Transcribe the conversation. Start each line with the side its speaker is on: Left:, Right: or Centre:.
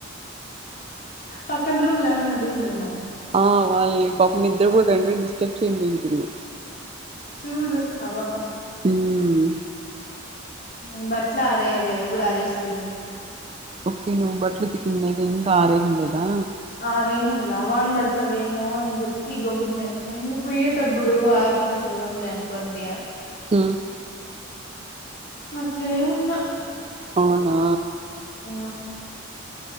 Left: పక్కన రూమ్ల ఏమన్నా బోయిందేమో
Right: ఆ వాళని పాపం నిద్రపోతంటే డిస్టర్బ్ చేయండికెళ్ళిందేమో
Left: చూడు ఆ బాప
Right: ఉహ్మ్
Left: నేన్ బట్లా అరేయాలే ఎప్పుడు అరసేది
Right: ఒకటి నువ్వు బట్లు ఉతికింది ఇంకా ఆరేసేది లేదా
Left: ఆరేహల్లా వాన్ పడతావేమో అని చెప్పి గమ్మున అయితే ఇంకా పొయ్యేటప్పుడు ఆర్బటేసి పోదాం లే అనుకుంట్టే
Right: ఆ
Left: అట్లే ఉన్నా
Right: అవునా
Left: ఆ